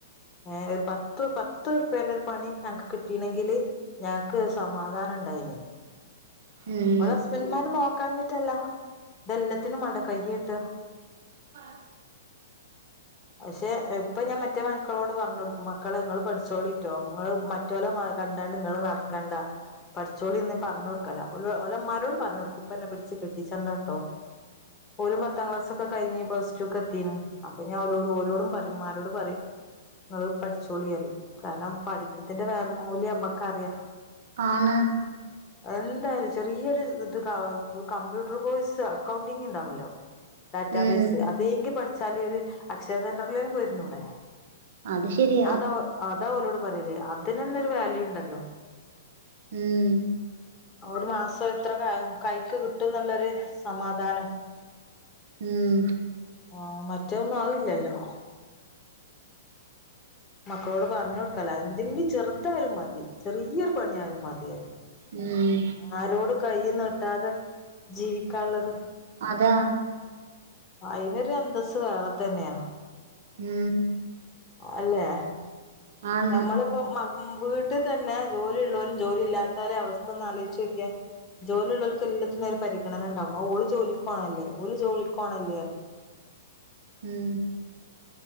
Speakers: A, on the left; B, on the right.
A: ഏ ഒരു പത്ത് പത്ത്റുപ്പേന്റെ ഒരു പണി ഞങ്ങക്ക് കിട്ടീണെങ്കില് ഞങ്ങക്ക് സമാധാനം ഉണ്ടായിനി
B: ഉം
A: ഓലെ ഹസ്ബൻമാര് നോക്കാഞ്ഞിട്ടല്ല ഇതെല്ലാത്തിനും വേണ്ട കൈ നീട്ടാ
B: <inaudible>
A: പക്ഷെ ഇപ്പൊ ഞാൻ മറ്റേ മക്കളോട് പറഞ്ഞ കൊടുക്കും മക്കളെ ഇങ്ങള് പഠിച്ചോളിട്ടോ നിങ്ങള് മ മറ്റേല കണ്ടാണ്ട് നിങ്ങള് നടക്കേണ്ടാ പഠിച്ചൊളി ഇന്ന് പറഞ് കൊടുക്കലാ ഓല് ഓല ഇമ്മാരോടും പറഞ്ഞു കൊടുക്കും ഇപ്പ തന്നെ പിടിച്ചു കെട്ടിച്ചണ്ടാട്ടോ ഓലും പത്താം ക്ലാസ്സോക്കെ കഴിഞ്ഞ് പ്ലസ്ടുക്ക് എത്തിണ് അപ്പൊ ഞാൻ ഓലോട് ഓലോടും പറയും ഉമ്മാരോട് പറയും ഇങ്ങള് പഠിച്ചോളി പറയും കാരണം പഠിത്തത്തിന്റെ മൂല്യം ഞമ്മക്കറിയാം
B: ആണ്
A: അതെന്തായാലും ചെറിയൊരു ഇത് കമ്പ്യൂട്ടർ കോഴ്സ് അക്കൗണ്ടിങ് ഉണ്ടാവല്ലോ ഡാറ്റാബേസ്
B: ഉം
A: അതെങ്കി പഠിച്ചാല് ഒരു അക്ഷയ സെന്ററിലേൽ പോയിരുന്നൂടെ ഞാൻ
B: അത് ശരിയാ
A: അതാ അതാഓലോട് പറയലേ അതിനന്നെ ഒരു വാല്യൂ ഉണ്ടല്ലോ
B: ഉം
A: ഒര് മാസം എത്ര കാ കൈക്ക് കിട്ടുന്നെള്ളൊരു സമാധാനം
B: ഉം
A: ആഹ് മറ്റേ ഒന്ന് ആയ് ഇല്ലല്ലോ മക്കളോട് പർഞ്ഞ് കൊടുക്കലാ എന്തെങ്കിലും ചെറുതായാലും മതി ചെറിയൊറു പണി ആയാലും മതിയായി
B: ഉം
A: ആരോട് കൈയ്യ് നീട്ടാതെ ജീവിക്കാള്ളത്
B: അതാ
A: അയിനൊരു അന്തസ്സ് വേറെ തന്നെയാ
B: ഉം
A: അല്ലേ
B: ആന്ന്
A: ഞമ്മള് ഇപ്പോ മാ വീട്ടിതന്നെ ജോലി ഇള്ളോലും ജോലി ഇല്ലാത്തോലെ അവസ്ഥ ഒന്ന് ആലോയിച്ച് നോക്കിയെ ജോലി ഇള്ളോൽക്ക് എല്ലാത്തിന് ഒര് പരിഗണനണ്ടാവും ഓള് ജോലിക്കോണല്ലേ ഓല് ജോലിക്കോണല്ലേ പറയും
B: ഉം